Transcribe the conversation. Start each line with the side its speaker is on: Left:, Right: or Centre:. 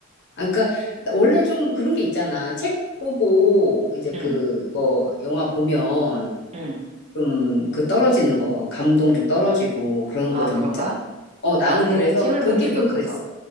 Left: 아, 그러니까 나- 원래 좀 그런 게 있잖아. 책 보고 이제
Right: 응,
Left: 그거 영화 보면
Right: 응.
Left: 좀 그 떨어지는 거, 감동 좀 떨어지고 그런
Right: 아,
Left: 거 좀
Right: 그런가?
Left: 있잖아. 어, 나는
Right: 나는
Left: 그래서
Right: 책을
Left: 그게
Right: 본 적이
Left: 좀
Right: 없어서.
Left: 그랬어.